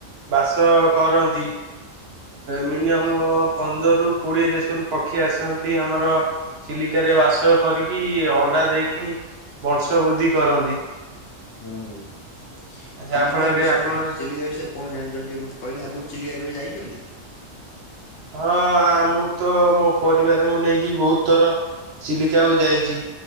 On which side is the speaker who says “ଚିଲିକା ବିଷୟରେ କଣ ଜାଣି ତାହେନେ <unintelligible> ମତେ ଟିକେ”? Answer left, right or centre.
Left